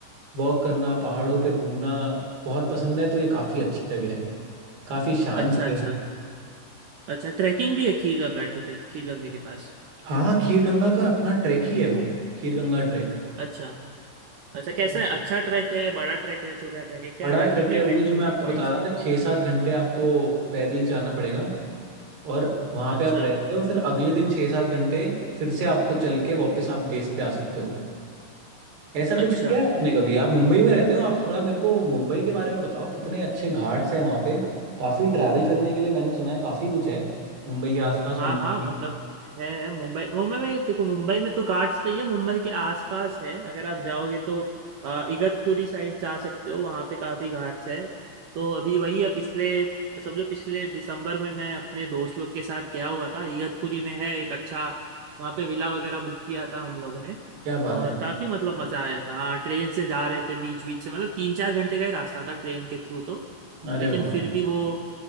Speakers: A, on the right; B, on the right.
A: वॉक करना पहाड़ों पे घूमना बहुत पसंद है तो ये काफ़ी अच्छी जगह है काफ़ी शांत
B: अच्छा
A: जगह
B: अच्छा अच्छा ट्रैकिंग भी है खीर गंगा उधर खीर गंगे के पास
A: हाँ खीर गंगा का अपना ट्रैक ही है वो खीर गंगा ट्रैक
B: अच्छा अच्छा कैसा
A: वो
B: है अच्छा ट्रैक है बड़ा ट्रैक है छोटा ट्रैक है क्या
A: बड़ा
B: है
A: ट्रैक
B: कितने
A: है
B: ट्रैकिंग
A: वही जो मैं आपको
B: पॉइंट्स
A: बता रहा
B: है
A: था छः सात घंटे आपको पैदल जाना पड़ेगा और वहाँ
B: अच्छा
A: पे आप रहते हो फिर अगले दिन छः सात घंटे फिर से आपको चल के वापस आप बेस पे आ सकते हो ऐसा कुछ
B: अच्छा
A: किया है आपने कभी आप मुंबई में रहते हो आप थोड़ा मेरे को मुंबई के बारे में बताओ कितने अच्छे घाट्स हैं वहाँ पे काफ़ी ट्रैवल करने के लिए मैंने सुना है काफ़ी कुछ है मुंबई के आसपास
B: हाँ
A: मुंबई
B: हाँ मतलब है मुंबई मुंबई में देखो मुंबई में तो घाट्स नहीं है मुंबई के आसपास है अगर आप जाओगे तो अ, इगतपुरी साइड जा सकते हो वहाँ पे काफी घाट्स है तो अभी वही है पिछले समझो पिछले दिसंबर में मैं अपने दोस्त लोग के साथ गया हुआ था इगतपुरी में है एक अच्छा वहाँ पे विला वगैरह बुक किया था हम लोग ने
A: क्या बात
B: और
A: है
B: काफी मतलब मजा आया था हाँ ट्रेन से जा रहे थे बीच बीच से मतलब तीन चार घंटे का ही रास्ता था ट्रेन के थ्रू तो
A: अरे
B: लेकिन
A: वाह
B: फिर भी वो